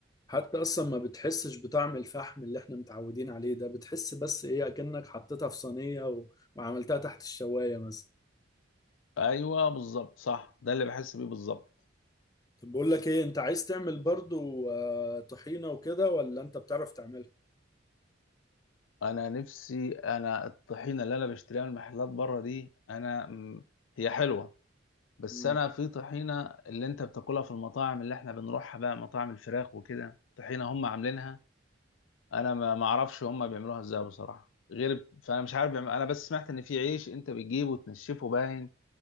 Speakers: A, on the left; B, on the left.
A: حتى اصلا ما بتحسش بطعم الفحم اللي احنا متعودين عليه ده بتحس بس ايه اكنك حطيتها في صينية و- وعملتها تحت الشواية مثلا
B: ايوه بالظبط صح ده اللي بحس بيه بالظبط
A: طب بقول لك ايه انت عايز تعمل برضو آه، طحينة وكده ولا انت بتعرف تعملها
B: انا نفسي انا الطحينه اللي انا بشتريها من المحلات بره دي انا م- هي حلوه بس
A: امم
B: انا في طحينه اللي انت بتاكلها في المطاعم اللي احنا بنروحها بقى مطاعم الفراخ وكده طحينه هم عاملينها انا ما ما اعرفش هم بيعملوها ازاي بصراحه غير فانا مش عارف بيعمل... انا بس سمعت ان في عيش انت بتجيبه وتنشفه باين